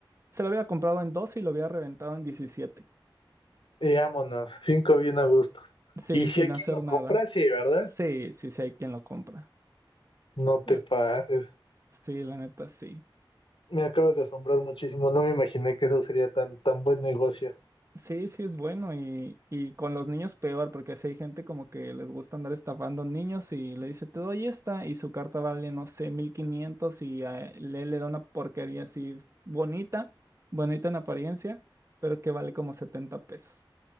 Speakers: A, on the right; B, on the left.
A: Se lo había comprado en 12 y lo había reventado en diecisiete,
B: y vámonos, cinco bien a gusto.
A: Sí,
B: Y si
A: sin
B: hay
A: hacer
B: quien lo
A: nada.
B: compra, sí, ¿verdad?
A: Sí, sí, sí hay quien lo compra.
B: No te
A: Eh,
B: pases.
A: Sí, la neta, sí.
B: Me acabas de asombrar muchísimo. No me imaginé que eso sería tan, tan buen negocio.
A: Sí, sí es bueno y, y con los niños peor, porque si hay gente como que les gusta andar estafando niños y le dice, te doy esta y su carta vale, no sé, 1500 y a él le da una porquería así bonita, bonita en apariencia, pero que vale como 70 pesos.